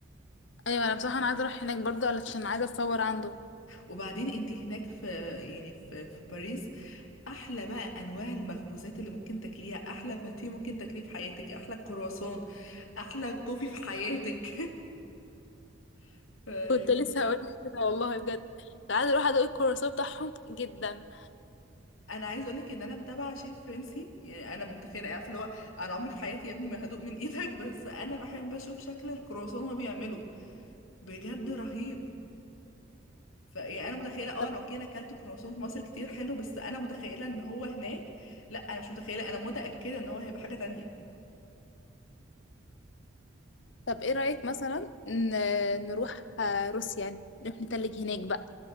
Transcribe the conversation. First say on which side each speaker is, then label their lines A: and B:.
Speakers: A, on the left; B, on the left.
A: ايوه انا بصراحه انا عايزه اروح هناك برضه علشان عايزه اتصور عنده
B: وبعدين أنت هناك في يعني في, في باريس أحلى بقى أنواع المخبوزات اللي ممكن تاكليها أحلى باتيه ممكن تاكليه في حياتك أحلى كرواسون احلى كوفي في حياتك <laughs> فاي.
A: كنت لسه هقول لك كده والله بجد عايزه اروح ادوق الكرواسون بتاعهم جدا
B: انا عايز اقولك ان انا متابعه شيف فرنسي يعني انا متخيله عارفه اللي هو انا عمري في حياتي يا ابني ما هدوق من <laughs> ايدك بس انا بحب اشوف شكل الكرواسون وهو بيعمله بجد رهيب فيعني انا متخيله اه
A: طب
B: انا اوكي انا اكلت كرواسون في مصر كتير حلو بس انا متخيله ان هو هناك لا انا مش متخيله انا متاكده ان هو هيبقى حاجه تانية
A: طب ايه رايك مثلا ن- نروح آه، روسيا يعني نروح نتلج هناك بقى